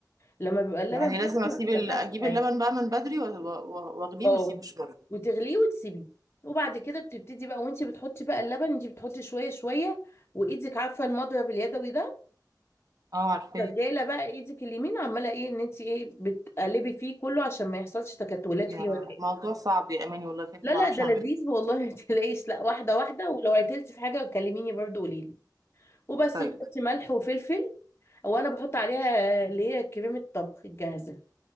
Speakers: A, on the left; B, on the right.
A: لما بيبقى اللبن
B: يعني لازم
A: بارد ما
B: اسيب
A: بيكلكعش
B: ال... اجيب
A: معاكي
B: اللبن بقى من بدري و- و- واغليه
A: اه
B: واسيبه شويه
A: وتغليه وتسيبيه وبعد كده بتبتدي بقى وانت بتحطي بقى اللبن انت بتحطي شويه شويه وايدك عارفه المضرب اليدوي ده
B: اه عارفاه
A: شغاله بقى ايدك اليمين عماله ايه ان انت ايه بتقلبي فيه كله عشان ما يحصلش تكتلات
B: يا
A: فيه ولا حاجه
B: موضوع صعب يا اماني والله خايفه
A: لا
B: ما
A: لا
B: اعرفش
A: ده
B: اعمله
A: لذيذ والله ما تلاقيش لا واحده واحده ولو عطلتي في حاجه كلميني برضو قولي لي وبس
B: طيب
A: بتحطي ملح وفلفل وانا بحط عليها اللي هي كريمه الطبخ الجاهزه